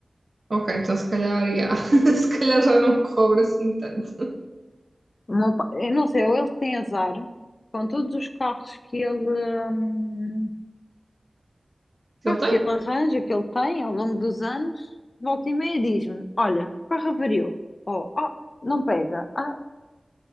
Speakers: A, on the right; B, on the left.
A: ok, então se calhar, já. <laughs> Se calhar já não cobra assim tanto.
B: O meu pai- eu não sei, ou ele tem azar com todos os carros que ele. hum, Pá,
A: Ele
B: aquele
A: tem?
B: arranjo que ele tem ao longo dos anos, volta e meia diz-me: Olha, o carro avariou. Ou, ah, não pega. Ah,